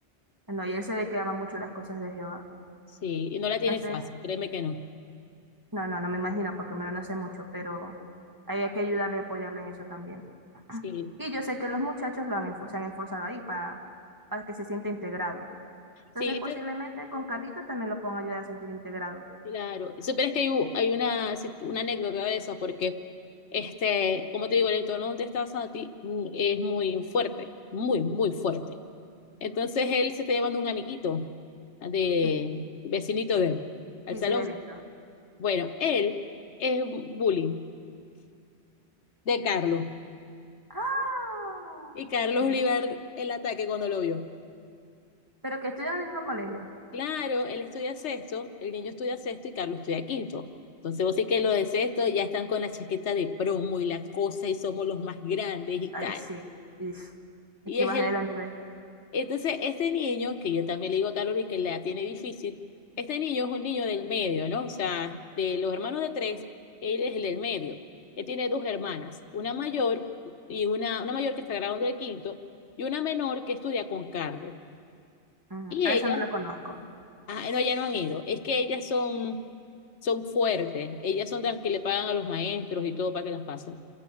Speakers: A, on the right; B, on the left.
A: No, y él se ve que ama mucho las cosas de Jehová.
B: Sí, y no la tiene
A: Entonces,
B: fácil, créeme que no.
A: no, no, no me imagino porque en verdad no sé mucho, pero hay que ayudarle y apoyarle en eso también. <clears throat>
B: Sí.
A: Y yo sé que los muchachos lo han, esfor- se han esforzado ahí para, para que se sienta integrado. Entonces,
B: Sí,
A: posiblemente
B: este,
A: con Carlito también lo puedan ayudar a sentir integrado.
B: Claro, y supieras que hay, u- hay una, si- una anécdota de eso, porque, este, como te digo, el entorno donde estás a ti mm, es muy fuerte, muy, muy fuerte. Entonces él se está llevando un amiguito de
A: Sí,
B: vecinito de él al
A: sí,
B: salón.
A: sí, lo he visto.
B: Bueno, él es bullying de Carlos,
A: Ah,
B: y Carlos
A: Ujú.
B: le iba a dar el ataque cuando lo vio.
A: pero que estudian en el mismo colegio.
B: Claro, él estudia sexto, el niño estudia sexto y Carlos estudia quinto. Entonces vos sí que lo de sexto ya están con la chaqueta de promo y la cosa y somos los más grandes y
A: Ay,
B: tal.
A: sí. Ish.
B: Y
A: Es que
B: es
A: bajé
B: el,
A: de la nube.
B: entonces este niño, que yo también le digo a Carlos y que la tiene difícil, este niño es un niño del medio, ¿no? O sea, de los hermanos de tres, él es el del medio. Él tiene dos hermanas, una mayor y una, una mayor que está graduando de quinto y una menor que estudia con Carlos.
A: Ujú,
B: Y
A: A
B: ella
A: esa no la conozco.
B: Ah, no, ya no han ido. Es que ellas son, son fuertes. Ellas son las que le pagan a los maestros y todo para que las pasen.